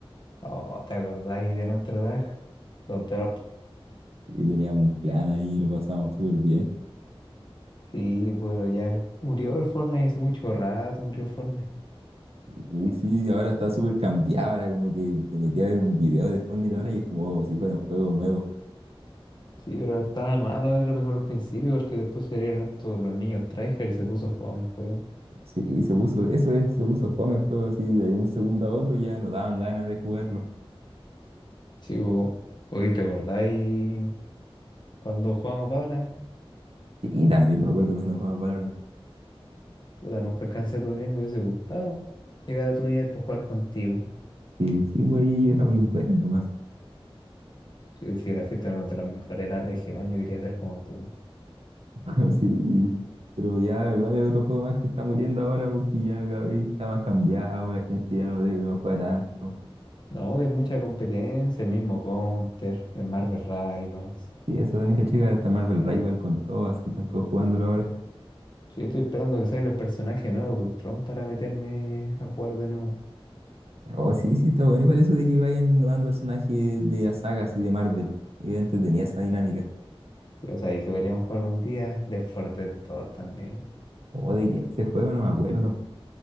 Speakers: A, on the left; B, on the right.
A: Oh, ¿te acordáis de nuestro tag? Los drop.
B: y teníamos un clan ahí, lo pasábamos súper bien.
A: Sí, pero ya el- murió el Fortnite hace mucho rato, murió el Fortnite.
B: Y sí, ahora está súper cambiado, ahora como que te metí a ver un video de Fortnite ahora y es como si fuera un juego nuevo.
A: Sí, pero estaba malo, era mejor al principio porque después salieron estos los niños tryhard y se puso fome el juego.
B: Sí, y se puso, eso es, se puso fome el juego así de un segundo a otro ya no daban ganas de jugarlo.
A: Sí, pues, hoy te acordáis cuando jugamos Valorant.
B: Sí, y también me acuerdo cuando jugaba Valorant.
A: Puta, nunca alcancé a tu nivel, me hubiese gustado llegar a tu nivel para jugar contigo.
B: Y sí, güey, yo era muy bueno nomás.
A: Si, si era fuiste uno de los mejores de la región, yo quería ser como tú.
B: <laughs> Sí, pero ya igual es otro juego más que está muriendo ahora porque ya cada vez está más cambiado, la gente ya no, de- no lo juega tanto.
A: No, que hay mucha competencia, el mismo Counter, el Marvel Rivals.
B: Sí, eso también que checar, hasta Marvel Rival con todo, así están todos jugándolo ahora.
A: Sí, yo estoy esperando que salga el personaje nuevo de Ultron para meterme a jugar de nuevo.
B: Oh, sí, sí, está bueno igual eso de que vayan innovando personajes de las sagas y de Marvel. Yo entretenía esa dinámica.
A: Sí, O sea, y que deberían jugar un día Left 4 Dead 2 también.
B: O de qué era ese juego, no me acuerdo.